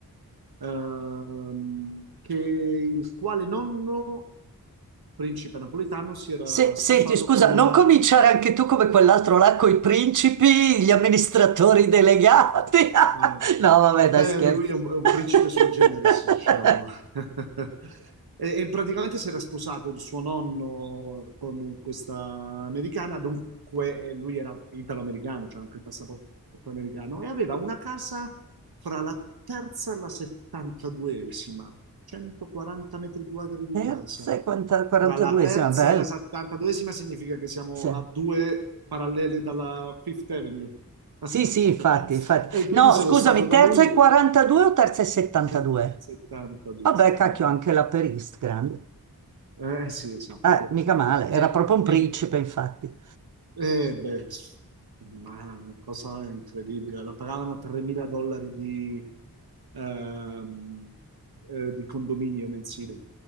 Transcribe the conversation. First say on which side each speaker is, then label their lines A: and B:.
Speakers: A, on the right; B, on the right.
A: ehm, che il quale nonno, principe napoletano, si era
B: Se-
A: sposato
B: senti, scusa,
A: con una
B: non cominciare anche tu come quell'altro là con i principi, gli amministratori delegati. <laughs>
A: eh,
B: No, vabbè,
A: Beh,
B: dai, scherzo.
A: lui è un, è un
B: <laughs>
A: principe sui generis, diciamo. <laughs> E, e praticamente si era sposato il suo nonno con questa americana, dunque eh, lui era italo-americano, cioè anche il passaporto americano, e aveva una casa fra la terza e la settantaduesima, 140 metri quadri di
B: Terza
A: casa.
B: e 42esima,
A: Fra la terza
B: bello.
A: e la settantaduesima significa che siamo
B: Sì,
A: a due parallele dalla Fifth Avenue. <laughs>
B: sì, sì, infatti, infatti.
A: E quindi
B: No,
A: sono
B: scusami,
A: stato da
B: terza
A: lui
B: e 42 o terza e 72?
A: se- 72,
B: Vabbè,
A: 72.
B: cacchio, anche la perist, grande.
A: Eh sì, esatto.
B: Eh, mica male,
A: E,
B: era proprio un principe,
A: e-
B: infatti.
A: e, beh, s- ma è una cosa incredibile. La pagavano 3.000 dollari di, ehm, eh, di condominio mensile.